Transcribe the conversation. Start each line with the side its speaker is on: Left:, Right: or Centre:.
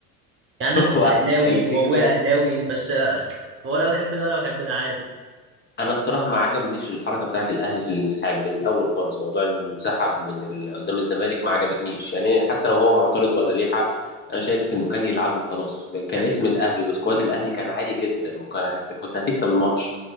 Right: يعني
Left: <laughs>
Right: انا
Left: هو
Right: كنت اهلاوي
Left: الفكرة
Right: وابويا اهلاوي بس آه، ولا بحب ده ولا بحب ده عادي
Left: انا الصراحه ما عجبنيش الحركه بتاعت الاهلي في الانسحاب من الاول خالص موضوع انه انسحب من ال... قدام الزمالك ما عجبتنيش يعني حتى لو هو معترض ولا ليه حق انا شايف انه كان يلعبه خلاص كاسم
Right: يا
Left: الاهلي وسكواد الاهلي كان عالي جدا وكان هت... كنت هتكسب الماتش